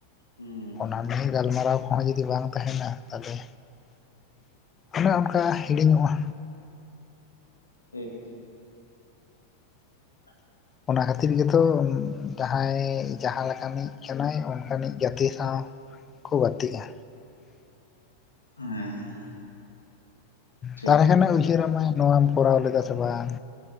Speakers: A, on the left (about 80°); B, on the left (about 20°).
A: ᱦᱩᱸ
B: ᱚᱱᱟ ᱱᱤᱭᱟᱹ ᱜᱟᱞ ᱢᱟᱨᱟᱣ ᱦᱚᱸ ᱡᱩᱫᱤ ᱵᱟᱝ ᱛᱟᱦᱮᱱᱟ ᱛᱟᱦᱚᱞᱮ ᱚᱱᱮ ᱚᱱᱠᱟ ᱦᱤᱲᱤᱧᱚᱜ-ᱟ
A: ᱴᱷᱤᱠ <inaudible>
B: ᱚᱱᱟ ᱠᱷᱟᱹᱛᱤᱨ ᱜᱮᱛᱚ ᱡᱟᱦᱟᱸᱭ ᱡᱟᱦᱟᱸ ᱞᱮᱠᱟᱱᱤᱡ ᱠᱟᱱᱟᱭ ᱚᱱᱠᱟᱱᱤᱡ ᱜᱟᱹᱛᱮ ᱥᱟᱶ ᱠᱚ ᱜᱟᱛᱮᱜ-ᱟ
A: ᱦᱮᱸ ᱴᱷᱤᱠ
B: ᱛᱟᱦᱚᱞᱮ ᱠᱷᱟᱱ-ᱮ ᱩᱭᱦᱟᱹᱨ ᱟᱢᱟ ᱱᱚᱣᱟᱢ ᱠᱚᱨᱟᱣ ᱞᱮᱫᱟ ᱥᱮ ᱵᱟᱝ